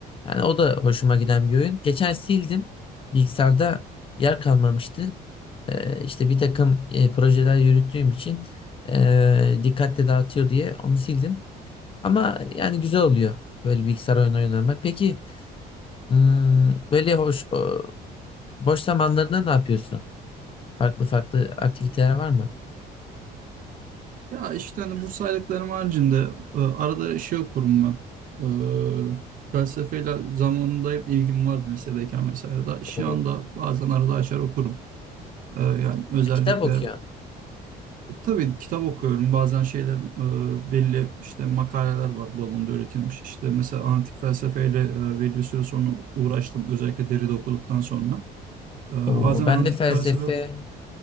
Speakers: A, on the left; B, on the right.
A: yani o da hoşuma giden bir oyun. Geçen sildim. Bilgisayarda yer kalmamıştı. Ee, işte bir takım e, projeler yürüttüğüm için e, dikkatle dağıtıyor diye onu sildim. Ama yani güzel oluyor böyle bilgisayar oyunu oynamak. Peki hmm, böyle hoş o- boş zamanlarında ne yapıyorsun? Farklı farklı aktiviteler var mı?
B: Ya işte hani bu saydıklarım haricinde e, arada şey okurum ben. E, felsefeyle zamanında hep ilgim vardı lisedeyken vesaire. Da, şu
A: Oo,
B: anda bazen arada açar okurum. E, yani özellikle
A: Kitap okuyorsun.
B: tabii kitap okuyorum. Bazen şeyler e, belli işte makaleler var bu alanda üretilmiş. İşte mesela antik felsefeyle e, belli bir süre sonra uğraştım. Özellikle Derrida okuduktan sonra. E,
A: Oo,
B: bazen
A: ben
B: antik
A: de felsefe
B: felsefe